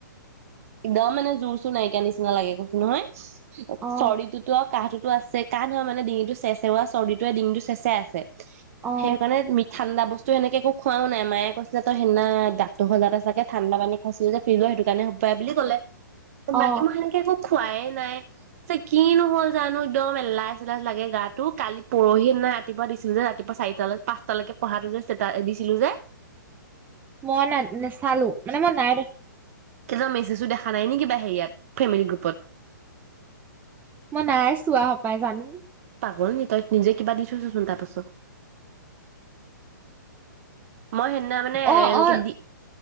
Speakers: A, on the right; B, on the right.
A: একদম মানে জোৰ চুৰ নাইিকা নিচিনা লাগে কৈছো নহয়
B: অ
A: চৰি ততো কাহ তোৰ আছে কাহঁ ধৰে মানে ডিঙিটো চেচেৰাই চৰ্দিটো ডিঙিটো চেচেৰাই আছে।
B: অ
A: সেইকাৰণে ঠাণ্ডা বস্তুেনেকে একু খুৱাও নাই মায়ে কৈছিলে তই সেইদিনা দাঁৰ হ দাততে চাগে ঠাণ্ডা পানী খাইছিলো যে ফিল সেইটো কাৰণে হ পায় বুলি কলে ত বাকি
B: অ
A: মানে ক খোৱাইে নাই চ কি নহল জানো একদম এলাচ এলাইচ লাগে গাটো কালি পৰহিে নাই ৰাতিপুৱা দিছিলো যে ৰাতিপুৱা চাৰিটালৈ পাঁচটালৈকে পঢ়াটো যে ছিলো যে
B: মই নাই নেচালো মানে মই নাই দেখা
A: কি মেছেজো দেখা নাই নি কিবা হেৰিয়াত ফ্ৰেমেলি গ্ৰুপত
B: মই নাইাই চো আহ পায় জানো
A: পাগল নি তই নিজে কিবা দি থৈছচোন তাৰ পাছত মই সিদিনা মানে
B: অ
A: এনেকে
B: অ
A: দি